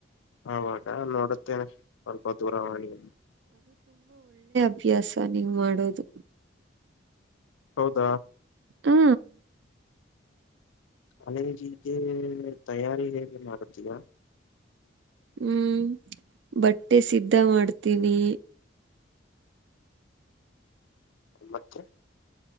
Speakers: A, on the left; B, on the right.
A: ಅವವಾಗ ನೋಡುತ್ತೇನೆ ಸ್ವಲ್ಪ ದೂರವಾಣಿಯ
B: ಹಭ್ಯಾಸ ನೀವು ಮಾಡೋದು
A: ಹೌದಾ
B: ಹಾ
A: ಕಳಿಜಿಗೆ ತಯಾರಿ ಹೇಗೆ ಮಾಡತೀರಾ
B: ಹ್ಮ್ ಬಟ್ಟೆ ಸಿದ್ಧ ಮಾಡ್ತೀನಿ
A: ಮತ್ತೆ